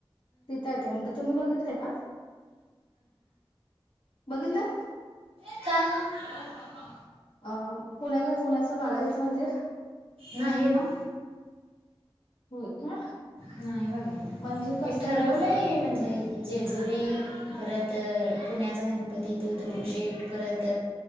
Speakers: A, on the left; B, on the right.
A: तिथं आहे ते मंदिर तुम्ही बघितले का. बघितलं.
B: पत्ता.
A: अं पुण्याला पुण्याचं बालाजीचं मंदिर.
B: नाही हो
A: होय का.
B: नाही बघायला
A: म्हणजे कसं
B: हे ठरवलंय,
A: माहित का
B: म्हणजे जेजुरी परत. तर पुण्याचा गणपती तो दगडूशेठ परत.